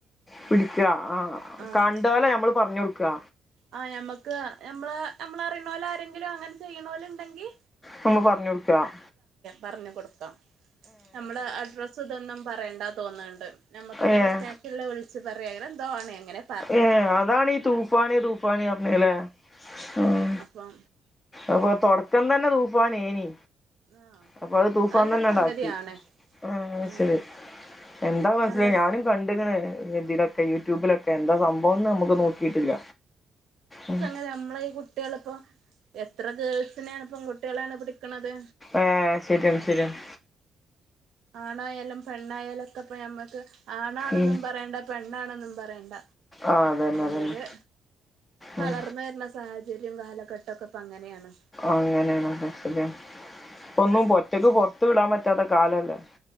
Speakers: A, on the left; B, on the right.
A: പിടിക്കാ ആ
B: ആഹ്
A: കണ്ടോലെ ഞമ്മള് പറഞ്ഞു കൊടുക്കാ
B: ആഹ് ഞമ്മക്ക് ഞമ്മള് നമ്മളറിയണോലാരെങ്കിലും അങ്ങനെ ചെയ്യണോലുണ്ടെങ്കി
A: നമ്മൾ പറഞ്ഞ് കൊടുക്കണം
B: പറഞ്ഞ് കൊടുക്കാം നമ്മള് അഡ്രസ് ഇതൊന്നും പറയേണ്ട തോന്നുന്നുണ്ട് നമക്ക് ഇങ്ങനെ
A: ഏഹ്
B: സ്നേ ക്കിള്ള വിളിച്ച് പറയാ അങ്ങനെ എന്തോ ആണ് അങ്ങനെ
A: ഏഹ് അതാണീ തൂഫാന് തൂഫാന് പറഞ്ഞത് ല്ലേ ആഹ്
B: വാ
A: അപ്പൊ തൊടക്കം തന്നെ തൂഫാനേനി
B: ആഹ്
A: അപ്പൊ അത് തൂഫാൻ
B: നല്ലൊരു
A: തന്നെ അങ്ങടാക്കി
B: സംഗതിയാണ്
A: ആഹ്
B: ഉം
A: ശെരി എന്താ മനസ്സിലായി
B: നല്ലൊരു
A: ഞാനും കണ്ടിക്കണ് ഇതിലൊക്കെ യൂട്യൂബിലൊ എന്താ സംഭവംന്ന് നമുക്ക് നോക്കിയിട്ടില്ല ഉം
B: നമ്മളേ കു ട്ടികളിപ്പോ എത്ര ഗേൾസിനെയാണ് പെൺകുട്ടികളെയാണ് പിടിക്കണത്
A: ഏഹ് ശെരിയാണ് ശെരിയാണ്
B: ആണായാലും പെണ്ണായാലും ഒക്കെ ഇപ്പം ഞമ്മക്ക് ആണാണെന്നും
A: ഉം
B: പറയണ്ട പെണ്ണാണെന്നും പറയണ്ട
A: ആഹ് അതന്നെ
B: ഓര്
A: അതന്നെ
B: വളർന്ന്
A: ഉം
B: വരുന്ന സാഹചര്യം കാലഘട്ടം ഒക്കെ ഇപ്പം അങ്ങനെയാണ്
A: അങ്ങനെയാണ് അതെ ശെരിയാ ഇപ്പൊ
B: ഒക്കെ
A: ഒന്നും ഒറ്റക്ക് പൊറത്ത് വിടാൻ പറ്റാത്ത കാലല്ലേ